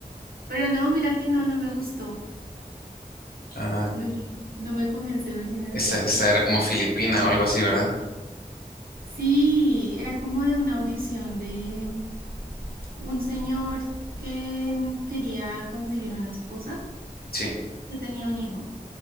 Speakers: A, on the right; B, on the left.
A: Pero no, mira que no, no me gustó.
B: ah,
A: No, no me convence ver cine de
B: esa,
A: terror.
B: esa era como filipina o algo así, ¿verdad?
A: Sí, era como de una audición de un señor que quería conseguir una esposa,
B: Sí,
A: que tenía un hijo.